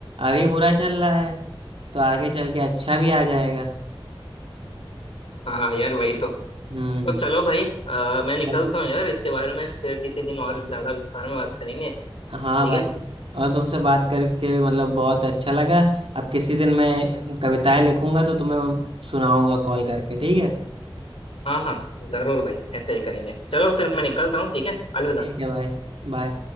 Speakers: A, on the right; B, on the left.
A: अभी बुरा चल रहा है तो आगे चल के अच्छा भी आ जाएगा
B: हाँ यार वही तो
A: हम्म
B: तो चलो भाई आ, मैं निकलता
A: चलो
B: हूँ यार इसके बारे में फिर किसी दिन और ज्यादा विस्तार में बात करेंगे
A: हाँ
B: ठीक
A: भाई
B: है
A: और तुमसे बात करके भी मतलब बहुत अच्छा लगा अब किसी दिन मैं कविताएं लिखूंगा तो तुम्हें सुनाऊंगा कॉल करके ठीक है
B: हाँ हाँ जरूर भाई ऐसे ही करेंगे चलो फिर मैं निकलता हूँ ठीक है अलविदा
A: ठीक है भाई बाय